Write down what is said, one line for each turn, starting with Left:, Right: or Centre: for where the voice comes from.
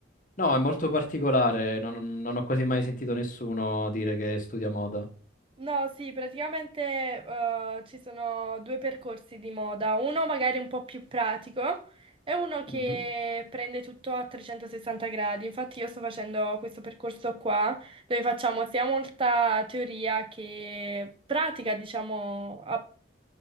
Left: No, è molto particolare, non, non ho quasi mai sentito nessuno dire che studia moda.
Right: No, sì, praticamente eh, ci sono due percorsi di moda, uno magari un po' più pratico e uno che
Left: Mhm.
Right: prende tutto a 360 gradi. Infatti io sto facendo questo percorso qua dove facciamo sia molta teoria che pratica, diciamo, a